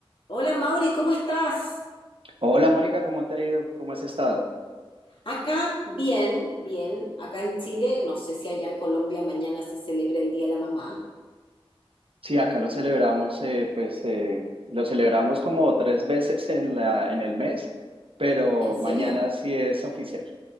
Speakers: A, on the left; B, on the right.
A: Hola Mauri, ¿cómo estás?
B: Hola Mónica, ¿cómo te ha ido? ¿Cómo has estado?
A: Acá, bien, bien. Acá en Chile, no sé si allá en Colombia mañana se celebra el Día de la Mamá.
B: Sí, acá lo celebramos, eh, pues eh, lo celebramos como tres veces <laughs> en la, en el mes, pero
A: ¿En serio?
B: mañana sí es oficial.